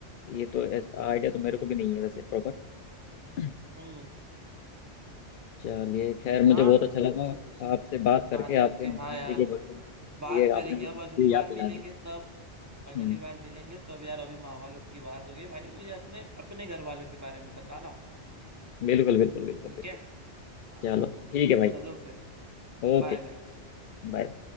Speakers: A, on the left; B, on the right.
A: ये तो आइडिया तो मेरे को भी नहीं है वैसे प्रॉपर
B: हम्म
A: <clears throat> चलिए खैर मुझे
B: हाँ
A: बहुत अच्छा लगा
B: च, च,
A: आपसे बात करके
B: बात करके
A: आपके मामा
B: हाँ यार
A: जी के बारे में मामा
B: बात
A: जी के
B: करेंगे
A: आपने भी
B: अब
A: मुझे
B: अगली बार
A: याद
B: मिलेंगे
A: दिला दी
B: तब अगली
A: हम्म
B: बार मिलेंगे तब यार अभी मामा लोग की बात हो गई भाई मुझे अपने अपने घर वालों के बारे में बताना
A: बिल्कुल बिल्कुल बिल्कुल
B: ठीक
A: बिल्कुल
B: है हाँ
A: चलो ठीक है भाई
B: चलो फिर
A: ओके
B: बाय बाय
A: बाय